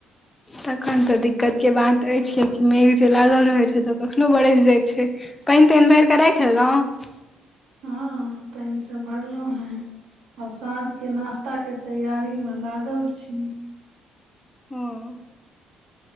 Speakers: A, on the left (about 20°); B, on the right (about 85°).
A: तखन तऽ दिक्कत के बात अछि कियाकि मेघ जे लागल रहै छै तऽ कखनो बरैस जाइत छै पइन ताइन भरिक राखि लेलहु
B: हँ पाइन सब भरलहुं हें। आब साँझ के नाश्ता के तैयारी में लागल छी।
A: हँ